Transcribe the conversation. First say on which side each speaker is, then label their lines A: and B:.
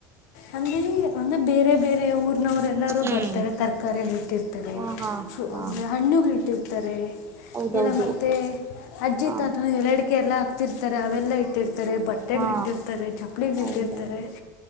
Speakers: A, on the left (about 75°); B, on the right (about 30°).
A: ಅಂದ್ರ ಒಂದ ಬೇರೆ ಬೇರೆ ಊರ್ನವರು ಎಲ್ಲಾರೂ
B: ಹ್ಮ್
A: ಬರ್ತಾರೆ ತರಕಾರಿಗಳ ಇಟ್ಟಿರ್ತಾರೆ
B: ಹಾ ಹಾ ಹಾ
A: ಅಂದೆ ಹಣ್ಣುಗಳ ಇಟ್ಟಿರ್ತಾರೆ
B: ಹೌದೌದು
A: ಇಲ್ಲ ಮತ್ತೆ ಅಜ್ಜಿತ್
B: ಹಾ
A: ಅತ್ರ ಎಲ್ಲ ಅಡಿಕೆ ಎಲ್ಲಾ ಹಾಕ್ತಿರ್ತಾರೆ ಅವೆಲ್ಲಾ ಇ ಇಟ್ಟಿರ್ತಾರೆ ಬಟ್ಟೆಗ್
B: ಹಾ
A: ಇಟ್ಟಿರ್ತಾರೆ ಚಪ್ಪಲಿಿಗ್
B: ಹೌದೌದು
A: ಇಟ್ಟಿರ್ತಾರೆ